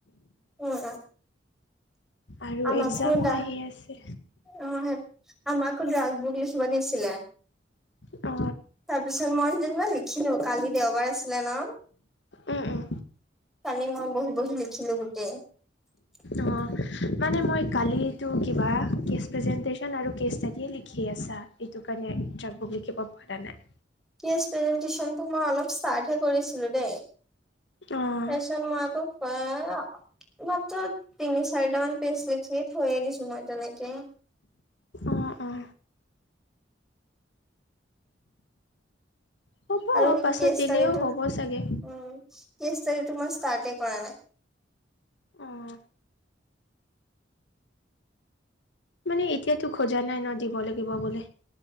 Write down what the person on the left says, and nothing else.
আৰু
এক্সামো
আহি আছে
অ
উম উম
অ, মানে মই কালো কিবা কে প্ৰেটন আৰু কে লিখি আছা। এইটো কাৰণে যাকবুক লিখিব পৰা নাই।
অঁ
অ অ' হ'ব
পাছত
দিলেও
হ'ব
চাগে
অ মানে এতিয়াতো খোজা নাই ন দিব লাগিব বোলে।